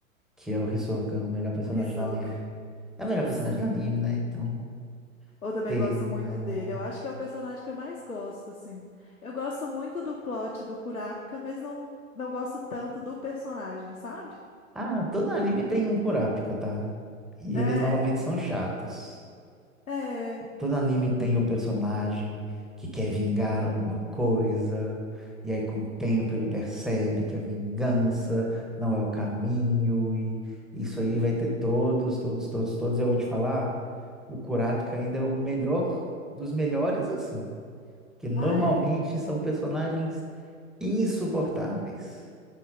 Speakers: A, in the centre; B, on the left.
A: Que é o Hisoka, o melhor personagem
B: O Hisoka.
A: do anime. É
B: <laughs>
A: o melhor
B: Sim.
A: personagem do anime, né? Então,
B: Eu também
A: tem,
B: gosto muito
A: né, bom.
B: dele. Eu acho que é o personagem que eu mais gosto, assim. Eu gosto muito do plot do Kurapika, mas não, não gosto tanto do personagem, sabe?
A: Ah, todo anime tem um Kurapika, tá? E
B: É,
A: eles normalmente são chatos.
B: <laughs> é.
A: Todo anime tem o personagem que quer vingar alguma coisa, e aí com o tempo ele percebe que a vingança não é o caminho, e isso aí vai ter todos, todos, todos, todos. Eu vou te falar, o Kurapika ainda é o melhor dos melhores, assim, que normalmente
B: Ah, é.
A: são personagens insuportáveis.